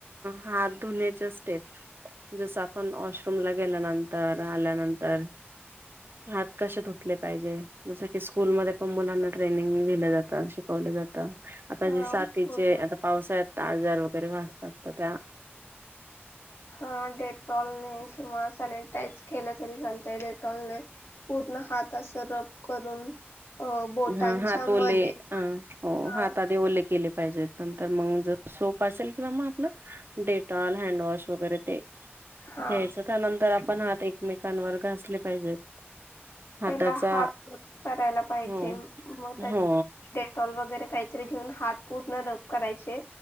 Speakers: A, on the right; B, on the left.
A: हात धुण्याचे स्टेप जस आपण वॉशरूमला गेल्यानंतर आल्यानंतर हात कसे धुतले पाहिजे जस की स्कूलमध्ये पण मुलांना ट्रेनिंग दिलं जातं शिकवलं जातं आता
B: हा
A: जे साातीचे
B: पूर्ण
A: आता पावस आहेत आजार वगैरे वाढतात त्या
B: हा डेटॉलने किंवा सॅनिटाईज केलं तरी चालत डेटॉलने पूर्ण हात असं रप करून अ बोटांच्या
A: हा हात ओले
B: मध्ये
A: हो
B: हा
A: हात आधी ओले केले पाहिजेत नंतर मग ज सोप असेल किंवा मग आपलं डेटॉल हँडवॉश वगैरे ते
B: हा,
A: घ्यायच त्यानंतर आपण हात एकमेकांवर घासले पाहिजेत हाताचा
B: पहिला हा करायला पाहिजे
A: हो
B: मत
A: हो
B: डेटॉल वगैरे काहीतरी घेऊन हात पूर्ण रब करायचे